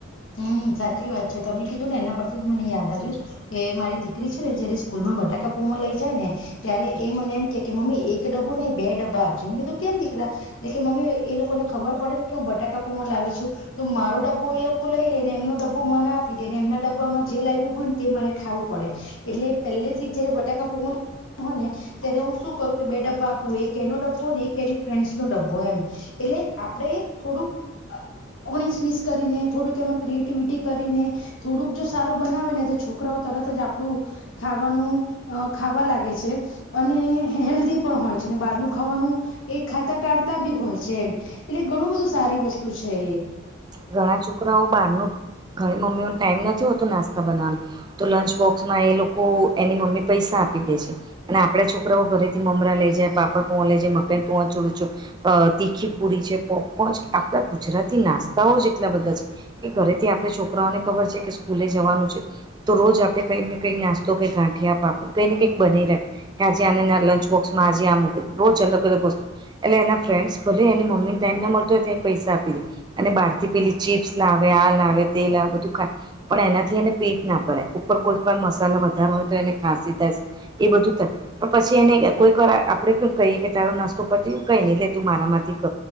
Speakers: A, on the left; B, on the right.
A: હમ સાચી વાત છે તમે કીધું ને એના પરથી જ મને યાદ આવ્યું કે મારી દીકરી છે ને જય્યારે સ્કૂલ માં બટાકા પૂવા લઈ જાય ને ત્યારે એ મને એમ કે કે મમ્મી એક ડબ્બો નહિ બે ડબ્બા આપજે મેં કીધું કેમ દીકરા એટલે કે મમ્મી એ લોકોને ખબર પડે ને કે હું બટાકા પવા લાવી છું તો મારો ડબ્બો એ લોકો ું લઈ લઈને એમનો ડબ્બો મના આપી દે ને એમના ડબ્બામાં જે લાવવું હોય તે મારે ખાવું પડે એટલે પહેલે થી જયારે બટાકા પ હો ને ત્યારે હું શું કરું કે બે ડબ્બા આપું એક એનો ડબ્બો ને એક એની ફ્રેન્્સ નો ડબ્બો એમ એટલે આપડે થોડુંક ઓગણીસ વીસ કરીને થોડુંક મે ક્રિએટિવિટી કરીને થોડુંક જો સારું બનાવે ને તો છોકરાઓ તરત જ આપણું ખાવાનું અ ખાવા લાગે છે અને હેલ્ધી પણ હોય છે અને બહારનું ખાવાનું એક ખાત ટાળતા બી હોય છે એમ એટલે ઘણું બધું સારી વસ્તુ છે એ
B: ઘણા છોકરાઓ બહાર ન ઘણી મમ્મીઓ ન ટાઈમ નથી હોતો નાસ્તો બના તો લંચ બોક્સમાં એ લોકો એની મમ્મી પૈસા આપી દે છે અને આપડા છોકરાઓ ઘરેથી મમરા લઈ જાય પાપડ પોહં લઈ જાય મન પોહંચડું તીખી પુરી છે કોપકો આપણા ગુજરાતી નાસ્ જ એટલા બધા છે કે ઘરેથી આપણે છોકરાઓને ખબર છે કે સ્કૂલે જવાનું છે તો રોજ આપણે કંઈક ને કંઈ નાસ્તા કઈ ગાંઠિયા પા આપી કઈ ને કંઈ બનાવી રાખી કે્યાજે અને ના લંચ બોક્સમાં આજે આ મૂકી રોજ અલગ અલગ વસ્તુ એટલે એના ફ્રેન્ડ્સ બોલી એની મમ્મીને ટાઈમ મળ હોય તો એ પૈસા આપી દે અને બહાર થી પેલી ચીપ્સ લાવે આ લાવે તેલ આવેે બધું ખાય પણ એનાથી એને પેટ ના ભરાય ઉપર કોઈ પણ મસાલા વધારો હોય તો એને ખાંસી થાય એ બધું ત પણ પછી એને કોઈક વાર આપડે કહીએ કે તારો નાસ્તો પછ કઈ નહી લેતું મારામાંથી ક